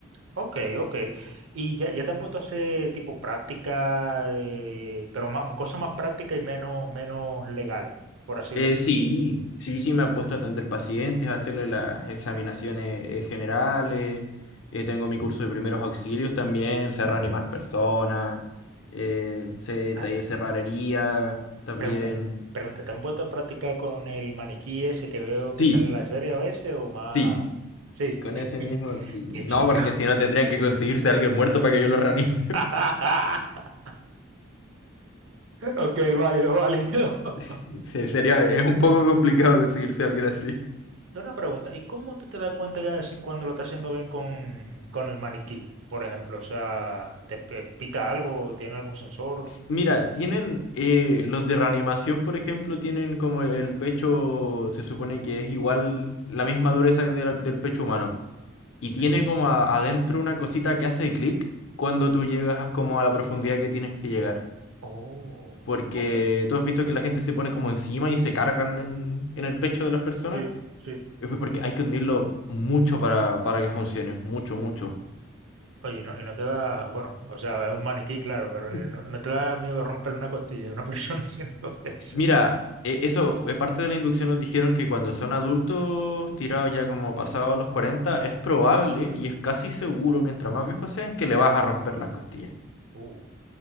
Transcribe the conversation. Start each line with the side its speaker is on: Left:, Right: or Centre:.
Right: Ok, ok. Y ya, ya te han puesto a hacer tipo práctica, eh, pero más, cosas más prácticas y menos, menos legales, por así
Left: Eh,
Right: decirlo.
Left: sí, sí, sí, me han puesto a atender pacientes, a hacerle las examinaciones eh, generales. eh, tengo mi curso de primeros auxilios también, sé reanimar personas, eh, sé
Right: Ah,
Left: taller cerrajería también.
Right: pregunta, pregunta, ¿te han puesto a practicar con el maniquí ese que veo que
Left: Sí,
Right: sale en la serie a veces o más?
Left: sí,
Right: Sí,
Left: con
Right: <laughs>
Left: ese mismo sí.
Right: qué
Left: No,
Right: chulo.
Left: porque si no tendrían que conseguirse a alguien muerto para que yo lo reanime.
Right: <laughs> Ok, válido, válido. <laughs>
Left: <laughs> se- Sería, es un poco complicado conseguirse a alguien así.
Right: Yo una pregunta, ¿y cómo tú te das cuenta que si- cuando lo estás haciendo bien con, con el maniquí, por ejemplo? O sea, ¿te pe- pita algo? ¿Tiene algún sensor?
Left: S- Mira, tienen eh, los de reanimación, por ejemplo, tienen como el pecho, se supone que es igual la misma dureza del, del pecho humano. Y tiene
Right: Ujú.
Left: como a- adentro una cosita que hace clic cuando tú llegas a- como a la profundidad que tienes que llegar.
Right: Oh,
Left: Porque
Right: ok.
Left: tú has visto que la gente se pone como encima y se cargan en, en el pecho de las personas.
Right: Sí, sí.
Left: Es pues porque hay que hundirlo mucho para, para que funcione, mucho, mucho.
Right: Oye, y no, y no te da, bueno, o sea, es un maniquí, claro, pero
Left: <laughs>
Right: eh, no, no te da miedo romperle una costilla a una persona <laughs> haciendo eso.
Left: Sí, Mira, e- eso es parte de la inducción, nos dijeron que cuando son adultos, tirados ya como pasados los 40, es probable y es casi seguro, mientras más viejos sean, que le vas a romper las costillas.
Right: Uh,